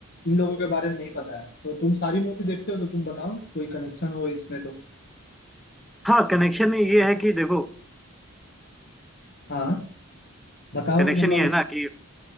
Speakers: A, on the left; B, in the centre.
A: इन लोगों के बारे में नहीं पता है तो तुम सारी मूवी देखते हो तो तुम बताओ कोई कनेक्शन हो इसमें तो
B: हाँ कनेक्शन ये है कि देखो
A: हाँ बताओ
B: कनेक्शन
A: तो मतलब
B: ये है ना कि